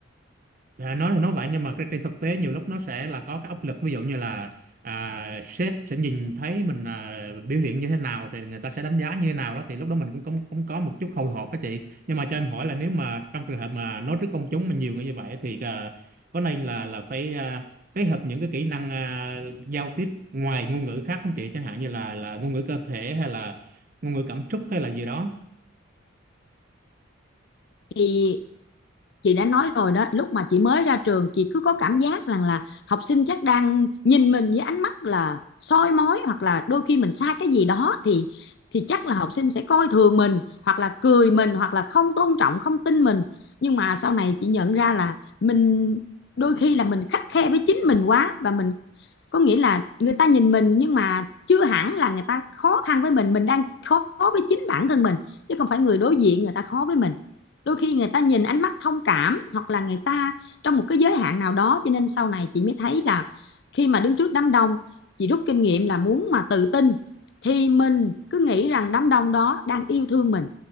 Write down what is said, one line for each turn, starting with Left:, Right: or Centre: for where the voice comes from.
Right: À, nói thì nói vậy nhưng mà cái- trên thực tế nhiều lúc nó sẽ là có cái áp lực ví dụ như là à, sếp sẽ nhìn thấy mình à, biểu hiện như thế nào thì người ta sẽ đánh giá như thế nào đó thì lúc đó mình cũng cũng, cũng có một chút hồi hộp đó chị nhưng mà cho em hỏi là nếu mà trong trường hợp mà nói trước công chúng mà nhiều người như vậy thì à, có nên là là phải à, kết hợp những cái kỹ năng à, giao tiếp ngoài ngôn ngữ khác không chị chẳng hạn như là là ngôn ngữ cơ thể hay là ngôn ngữ cảm xúc hay là gì đó
Left: thì chị đã nói rồi đó lúc mà chị mới ra trường chị cứ có cảm giác rằng là học sinh chắc đang nhìn mình với ánh mắt là soi mói hoặc là đôi khi mình sai cái gì đó thì thì chắc là học sinh sẽ coi thường mình hoặc là cười mình hoặc là không tôn trọng không tin mình nhưng mà sau này chị nhận ra là mình đôi khi là mình khắt khe với chính mình quá và mình có nghĩa là người ta nhìn mình nhưng mà chưa hẳn là người ta khó khăn với mình mình đang khó với chính bản thân mình chứ không phải người đối diện người ta khó với mình đôi khi người ta nhìn ánh mắt thông cảm hoặc là người ta trong một cái giới hạn nào đó cho nên sau này chị mới thấy là khi mà đứng trước đám đông chị rút kinh nghiệm là muốn mà tự tin thì mình cứ nghĩ rằng đám đông đó đang yêu thương mình